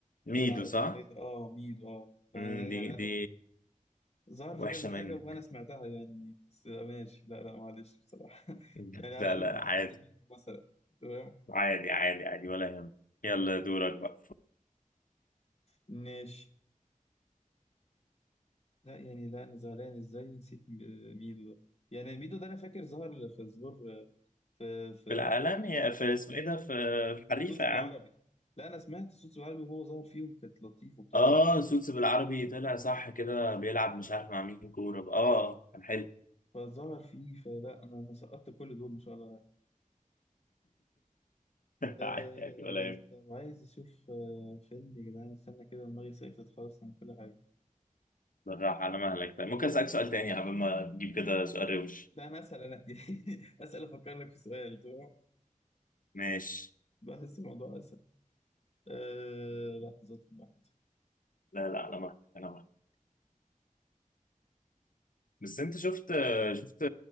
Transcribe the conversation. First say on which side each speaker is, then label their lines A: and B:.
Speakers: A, on the left; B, on the left.
A: ميدو
B: الع- اسمه
A: صح
B: ايه ده اه ميدو اه لا،
A: امم دي
B: يعني انا
A: دي
B: ظهر في
A: وحشة
B: كذا حاجة
A: منك
B: وأنا سمعتها يعني بس ماشي لا لا معلش بصراحة <laughs>
A: <laughs>
B: يعني على
A: لا
B: الأقل
A: لا
B: كنت
A: عادي
B: جبت ميدو مثلا تمام
A: عادي عادي عادي ولا يهم يلا دورك بقى
B: ماشي لا يعني لا أنا زعلان إزاي نسيت م- ميدو ده يعني ميدو ده أنا فاكر ظهر في ظهور في في
A: في العالم هي في اسمه ايه ده في في حريفة
B: صوت
A: يا
B: بالعربي
A: عم
B: لا أنا سمعت صوت بالعربي وهو ظهر فيه وكانت لطيف وبتاع
A: اه سوتس بالعربي طلع صح كده بيلعب مش عارف مع مين كورة اه آه، كان حلو
B: فظهر فيه فلا أنا أنا سقطت كل دول إن شاء الله يعني.
A: <laughs>
B: أه
A: عادي عادي ولا يهمك
B: طب عايز أشوف آه، فيلم يا جدعان استنى كده دماغي صيفت خالص من كل حاجة
A: بالراحة على مهلك طيب ممكن أسألك سؤال تاني قبل ما تجيب كده سؤال روش
B: لا انا اسال انا <laughs> اسال افكر لك في سؤال تمام
A: ماشي
B: بحس الموضوع اسهل أه لا رقم واحد
A: لا لا على مهلك على مهلك بس انت شفت شفت